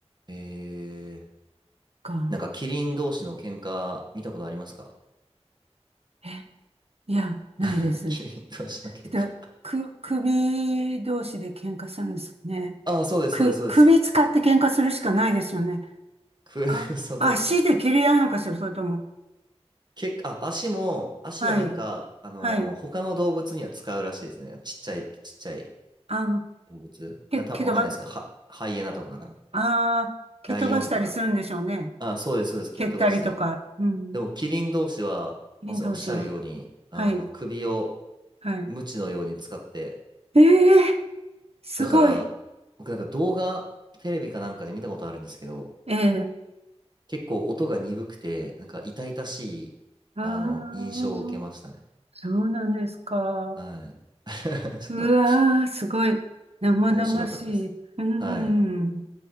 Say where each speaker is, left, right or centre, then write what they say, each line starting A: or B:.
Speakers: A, on the right; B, on the right.
A: えー、
B: か。
A: なんかキリン同士の喧嘩見たことありますか
B: え、いや、ないです。
A: <laughs> キリン同士の喧嘩。
B: で、く、首同士で喧嘩するんですね。
A: あ、そうです、
B: く、
A: そうです、そうです。
B: 首使って喧嘩するしかないですよね。
A: く、
B: あ、
A: <laughs> そうだね。
B: 足で蹴り合うのかしら、それとも。
A: 結構、あ、足も、足はなんか、
B: はい、
A: あのー他の動物には使うらしいですね。
B: はい。
A: ちっちゃい、ちっちゃい
B: あ、
A: 動物。
B: け、
A: な、た、
B: 蹴飛ば、
A: わかんないですけど、は、ハイエナとかかな。
B: あー、蹴飛ばしたりするんでしょうね。
A: ライオンとかか。あ、そうです、そうです。蹴っ飛ばしたり。
B: 蹴ったりとか、うん、
A: でも、キリン同士は、
B: 人同士は。
A: まさにおっしゃるように、あの、
B: はい、
A: 首を、
B: はい。
A: 鞭のように使って、
B: ええすごい。
A: だから、僕なんか動画、テレビかなんかで見たことあるんですけど、
B: ええ。
A: 結構音が鈍くて、なんか痛々しい、
B: ああ、
A: あの、印象を受けましたね。
B: そうなんですか。
A: はい。<laughs> ちょっと
B: うわー、すごい。生々しい。
A: 面白かったです。
B: うん。
A: はい。